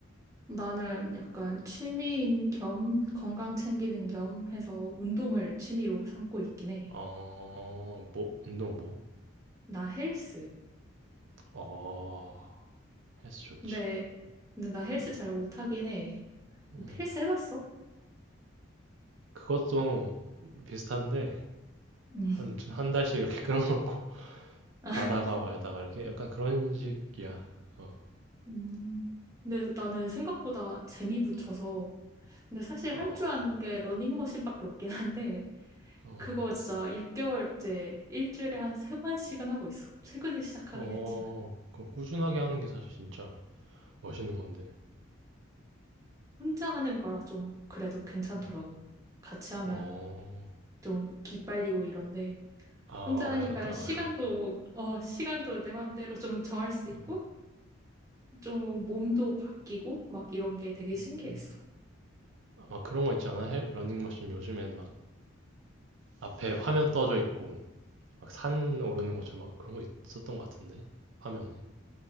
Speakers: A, on the right (about 15°); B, on the right (about 65°).
A: 나는 약간 취미인 겸 건강 챙기는 겸 해서 운동을 취미로 삼고 있긴 해.
B: 어, 어, 뭐, 운동 뭐?
A: 나 헬스.
B: 어, 헬스 좋지.
A: 근데 근데 나 헬스
B: 어,
A: 잘 못하긴 해.
B: 음,
A: 헬스 해봤어?
B: 그것도 비슷한데,
A: 음.
B: 한, 좀한 달씩 이렇게 끊어놓고, <laughs>
A: <laughs>
B: 가다가 말다가 이렇게 약간 그런 식이야. 어,
A: 음. 근데 나는 생각보다 재미 붙여서 근데 사실
B: 어,
A: 할 줄 아는 게 러닝머신밖에 없긴 한데,
B: 어.
A: 그거 진짜 6개월째 일주일에 한 세번씩은 하고 있어. 최근에 시작하긴
B: 어,
A: 했지만.
B: 그 꾸준하게 하는 게 사실 진짜 멋있는 건데.
A: 혼자 하는 거라 좀 그래도 괜찮더라고.
B: 음.
A: 같이 하면
B: 어,
A: 좀 기빨리고 이런데,
B: 아,
A: 혼자 하니까
B: 약간, 그- 아,
A: 시간도,
B: 그런,
A: 어, 시간도 내 맘대로 좀 정할 수 있고,
B: 어,
A: 좀 몸도 바뀌고, 막 이런 게 되게 신기했어.
B: 음. 막 그런 거 있잖아. 헬- 러닝머신 요즘엔 막 앞에 화면 떠져 있고, 막 산 오르는 것처럼 막 그런 거 있었던 것 같은데, 화면에.